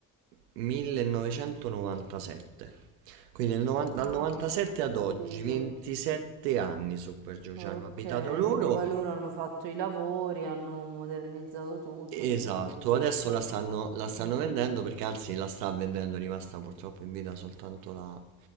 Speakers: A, on the right; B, on the right.
A: 1997. Quindi nel novan- dal
B: Ah,
A: 97
B: ho
A: ad
B: capito.
A: oggi, 27 anni su per giù
B: Ok,
A: ci hanno abitato loro
B: quindi poi loro hanno fatto i lavori, hanno modernizzato tutto,
A: Esatto,
B: hanno rinnovato tutto.
A: adesso la stanno, la stanno
B: Mm,
A: vendendo
B: mm, mm.
A: perché anzi la sta vendendo, è rimasta purtroppo in vita soltanto la,